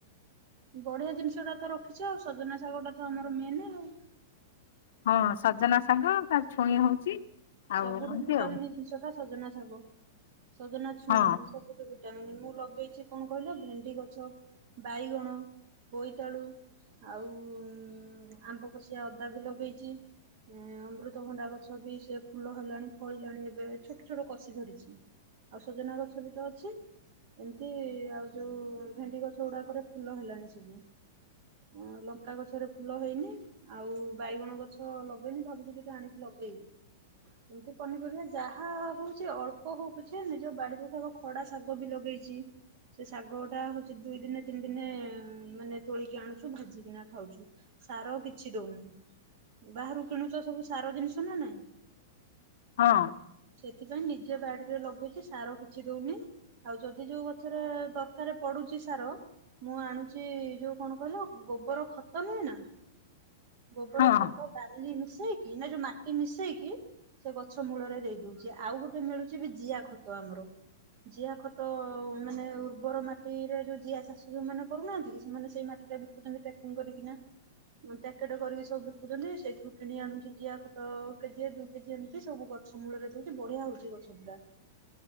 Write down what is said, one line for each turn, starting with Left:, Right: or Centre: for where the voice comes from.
Right: ବଢିଆ ଜିନିଷ ଟା ତ ରଖିଛ ଆଉ ସଜନା ଶାଗ ଟା ତ ଆମର ମେନେ ଆଉ।
Left: ହଁ ସଜନା ଶାଗ ତାର ଛୁଇଁ ହଉଛି।
Right: ସବୁଠୁ
Left: ଆଉ ଏମିତି
Right: ଭିଟାମିନ
Left: ଆଉ
Right: ଜିନିଷଟା। ସଜନା ଶାଗ। ସଜନା ଛୁଇଁ
Left: ହଁ
Right: ସବୁଠୁ ଭି ମୁଁ ଲଗେଇଛି କଣ କହିଲ ଭେଣ୍ଡି ଗଛ ବାଇଗଣ ବୋଇତାଳୁ ଆଉ ଉମ ଆମ୍ବ ଖଷିଆ ଅଦା ବି ଲଗେଇଛି ଅମୃତଭଣ୍ଡା ଗଛ ବି ସେ। ଫୁଲ ହେଲାଣି ଫଳିଲାଣି ଏବେ ଛୋଟ ଛୋଟ କଷି ଧରିଛି ଆଉ ସଜନା ଗଛ ବି ତ ଅଛି ଏମିତି ଆଉ ଯୋଉ ଭେଣ୍ଡି ଗଛ ଗୁଡାକରେ ଫୁଲ ହେଲାଣି ସବୁ ଅ ଲଙ୍କା ଗଛରେ ଫୁଲ ହେଇନି ଆଉ ବାଇଗଣ ଗଛ ଲଗେଇନି ଭାବୁଛି ଦି ଟା ଆଣିକି ଲଗେଇବି। ଏମିତି ପନିପରିବା ଯାହା ହଉଛି ଅଳ୍ପ ହଉ ପଛେ ନିଜ ବାଡିରୁ ଖାଇବା ଖଡା ଶାଗ ବି ଲଗେଇଛି ସେ ଶାଗ ଟା ହଉଛି ଦୁଇ ଦିନେ ତିନି ଦିନେ ମାନେ ତୋଳିକି ଆଣୁଛୁ ଭାଜିିକିନା ଖାଉଛୁ ସାର କିଛି ଦଉନି ବାହାରୁ କିଣୁଛ ସବୁ ସାର ଜିନିଷ ନା ନାଇଁ।
Left: ହଁ।
Right: ସେଥିପାଇଁ ନିଜେ ବାଡିରେ ଲଗେଇଛି ସାର କିଛି ଦଉନି ଆଉ ଯଦି ଯୋଉ ଗଛରେ ଦରକାର ପଡୁଛି ସାର ମୁଁ ଆଣୁଛି ଯୋଉ କଣ କହିଲ ଗୋବର ଖତ ନୁହେଁ ନା। ଗୋବର
Left: ହଁ ହଁ
Right: ଖତ ବାଲି ମିଶ ମିଶେଇକି ନା ଯୋଉ ମାଟି ମିଶେଇ କି ସେ ଗଛ ମୂଳରେ ଦେଇ ଦଉଛି ଆଉ ଗୋଟେ ମିଳୁଛି ବି ଜିଆ ଖତ ଆମର ଜିଆ ଖତ ମାନେ ଉର୍ବର ମାଟିରେ ଯୋଉ ଜିଆ ଚାଷ ଯୋଉମାନେ କରୁନାହାନ୍ତି କି ସେମାନେ ସେଇ ମାଟି ଟା ବିକୁଛନ୍ତି ପ୍ୟାକିଙ୍ଗ କରିକିନା ପ୍ୟାକେଟ କରିକି ସବୁ ବିକୁଛନ୍ତି ସେଇଥିରୁ କିଣି ଆଣୁଛି ଜିଆ ଖତ। କେଜି ଦୁଇ କେଜି ଏମିତି ସବୁ ଗଛ ମୂଳରେ ଦଉଛି ବଢିଆ ହଉଛି ଗଛ ଗୁଡା।